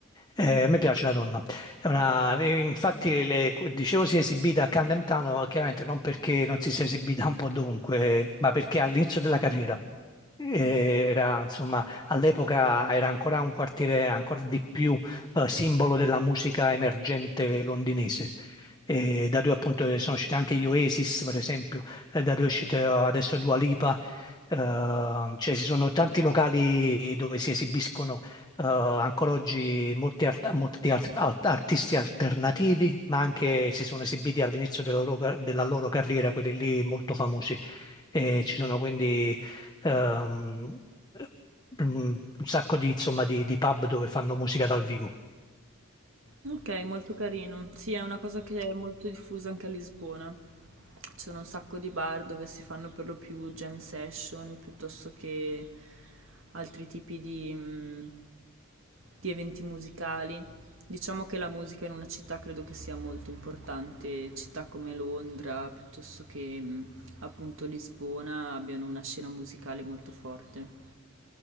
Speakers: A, on the left; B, on the right.
A: eh, a me piace la donna. È una- eh, infatti, le- dicevo si è esibita a Camden Town, chiaramente non perché non si sia esibita un po' dovunque, ma perché all'inizio della carriera. Era, insomma, all'epoca era ancora un quartiere ancora di più eh, simbolo della musica emergente londinese. E da dove appunto eh, sono usciti anche gli Oasis, per esempio, eh, da dove è uscita adesso Dua Lipa. Eh, cioè ci sono tanti locali dove si esibiscono eh, ancora oggi molti, art- molti art- art- artisti alternativi, ma anche si sono esibiti all'inizio della loro, della loro carriera, quelli lì molto famosi. E ci sono quindi ehm, un sacco di, insomma, di, di pub dove fanno musica dal vivo.
B: Okay, molto carino. Sì, è una cosa che è molto diffusa anche a Lisbona. Ci sono un sacco di bar dove si fanno per lo più jam session piuttosto che altri tipi di, mh, di eventi musicali. Diciamo che la musica in una città credo che sia molto importante. Città come Londra, piuttosto che mh, appunto Lisbona, abbiano una scena musicale molto forte.